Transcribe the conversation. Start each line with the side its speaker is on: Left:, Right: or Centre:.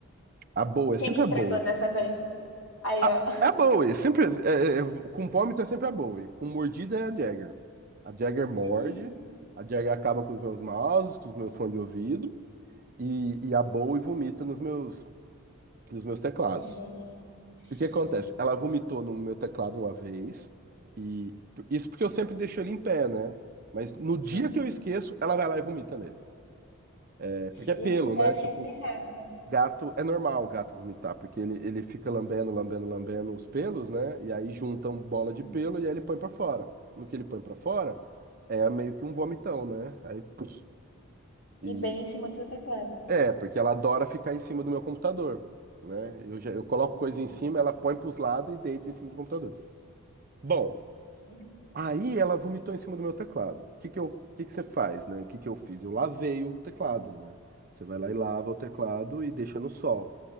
Right: A Bowie, é
Left: Quem
Right: sempre
Left: que estragou
Right: a Bowie.
Left: dessa vez? Aí,
Right: A,
Left: ó.
Right: é a Bowie, é sempre, é, é, é, com vômito é sempre a Bowie. Com mordida é a Jagger. A Jagger morde,
Left: Gente.
Right: a Jagger acaba com os meus mouses, com os meus fones de ouvido. e, e a Bowie vomita nos meus, nos meus teclados.
Left: Gente.
Right: E o que acontece? Ela vomitou no meu teclado uma vez, e isso porque eu sempre deixo ele em pé, né? Mas no dia
Left: Uhum,
Right: que eu esqueço, ela vai lá e vomita nele. É,
Left: Gente,
Right: porque é pelo,
Left: parece
Right: né? Tipo,
Left: que é de pirraça.
Right: gato, é normal o gato vomitar, porque ele, ele fica lambendo, lambendo, lambendo os pelos, né? E aí juntam bola
Left: uhum.
Right: de pelo e aí ele põe pra fora. No que ele põe pra fora, é meio que um vomitão, né? Aí, puf, e,
Left: E bem em cima do seu teclado.
Right: É, porque ela adora ficar em cima do meu computador, né? Eu, já, eu coloco coisa
Left: Ah,
Right: em cima, ela põe para os lados e deita em cima do computador. Bom,
Left: sim.
Right: aí ela vomitou em cima do meu teclado. O que que eu, o que que você faz, né? O que que eu fiz? Eu lavei o teclado, né? Você vai lá e lava o teclado e deixa no sol.